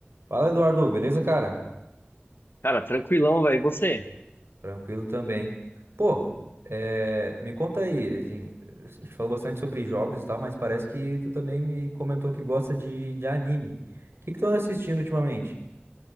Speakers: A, on the right (about 70°); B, on the left (about 60°).
A: Fala, Eduardo, beleza, cara?
B: Cara, tranquilão, velho. E você?
A: Tranquilo também. Pô, eh, me conta aí, a gen- a gente falou bastante sobre jogos e tal, mas parece que tu também me comentou que gosta de, de anime. O que que tu anda assistindo ultimamente?